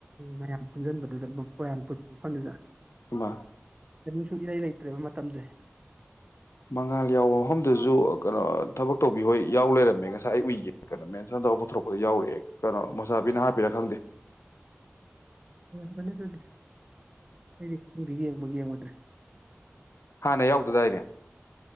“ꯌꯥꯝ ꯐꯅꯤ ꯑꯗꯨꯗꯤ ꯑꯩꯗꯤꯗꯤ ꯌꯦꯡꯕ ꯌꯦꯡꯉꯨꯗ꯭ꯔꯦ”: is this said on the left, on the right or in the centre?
Right